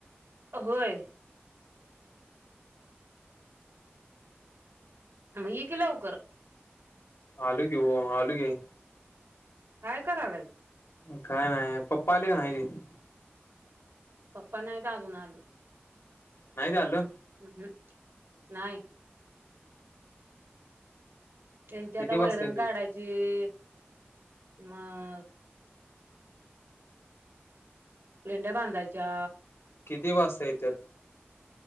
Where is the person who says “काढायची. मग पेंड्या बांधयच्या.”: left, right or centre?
Right